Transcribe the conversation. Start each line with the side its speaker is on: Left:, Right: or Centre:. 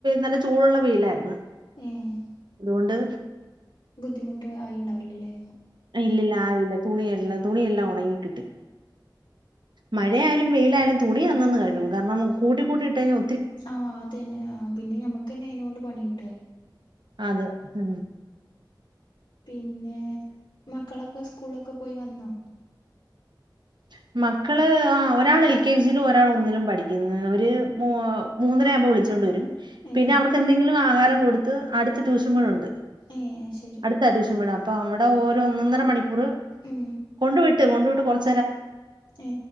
Right: നല്ല ചൂടുള്ള വെയിലായിരുന്നു
Left: ഏഹ്
Right: അതുകൊണ്ട്
Left: ബുദ്ധിമുട്ട്ഉണ്ടാവില്ലല്ലേ
Right: ഇല്ല ഇില്ല ആയില്ല തുണിെല്ലാം തുണിെല്ലാം ഉണങ്ങിക്കിട്ടി മഴയായാലും വെയിലായാലും തുണി അന്നന്ന് കഴുകും കാരണം കൂട്ടി കൂട്ടിട്ട കഴിഞ്ഞാ
Left: ആഹ് അതന്നെ ആ പിന്നെ ഞക്ക്ന്നെ അയിതിനകൊണ്ട് പണിയിട്ട
Right: അത് ഉ
Left: പിന്നെ മക്കളൊക്കെ സ്കൂളൊക്കെ പോയി വന്നോ?
Right: <inaudible> മക്കള് ആ ഒരാൾ എൽ കെ ജിയിലും ഒരാൾ ഒന്നിലും പഠിക്കുന്ന അവര് മൂന്നര ആകുമ്പോൾ വിളിച്ചൊണ്ട വരും
Left: ഏ
Right: പിന്നെ അവർക്ക് എന്തെങ്കിലും ആഹാരം കൊടുത്ത് അടുത്ത ട്യൂഷൻ പോഴ ഉണ്ട്
Left: ഏ ശരി
Right: അടുത്ത അത്വശ്യം കട അപ്പൊ അവിടെ ഓ ഒന്നൊന്നര മണിക്കൂർ
Left: ഉം
Right: കൊണ്ടു വിട്ട് കൊണ്ടു വിട്ട് കുറച്ച്
Left: ഏ